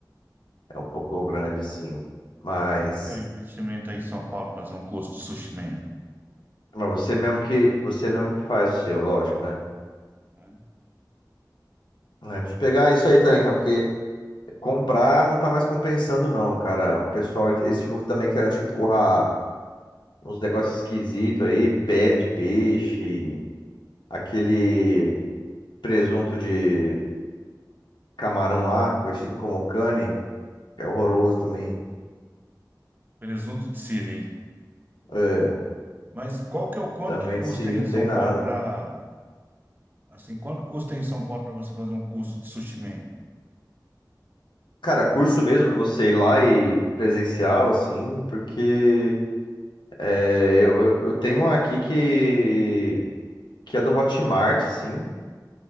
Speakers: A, on the left; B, on the right.
A: é um pouco grande, assim. Mas...
B: E é o investimento aí em São Paulo para fazer um curso de sushi man,
A: Mas você mesmo que você mesmo que faz o seu, lógico, né?
B: né?
A: É, preciso pegar isso aí também, cara, porque comprar não tá mais compensando, não, cara. O pessoal, eles ficam também querendo te empurrar uns negócios esquisitos aí, pele de peixe, aquele presunto de camarão lá, conhecido como cane, que é horroroso também.
B: Presunto de siri.
A: É,
B: Mas qual que é o quanto
A: também
B: que custa
A: de Siri
B: aí em
A: não
B: São
A: tem nada.
B: Paulo para assim, quanto custa aí em São Paulo para você fazer um curso de sushi man?
A: Cara, curso mesmo pra você ir lá e presencial, assim, porque é, eu, eu eu tenho uma aqui que que é do Hotmart, sim,